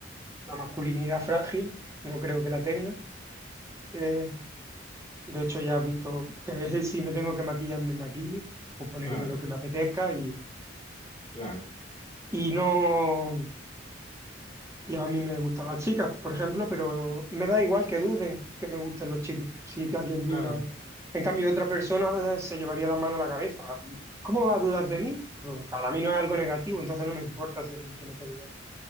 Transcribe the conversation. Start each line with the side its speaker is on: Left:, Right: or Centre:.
Right: la masculinidad frágil, no creo que la tenga. Eh, de hecho, ya has visto que <laughs> si me tengo que maquillar, me maquillo o ponerme
Left: Claro,
Right: lo que me apetezca
Left: claro,
Right: Y no, y a mí me gustan las chicas, por ejemplo, pero me da igual que duden que me gusten los chicos, si te- alguien duda.
Left: claro.
Right: En cambio, otra persona se llevaría la mano a la cabeza. ¿Cómo va a dudar de mí? Pues, Para mí no es algo negativo, entonces no me importa si alguien tiene que dudar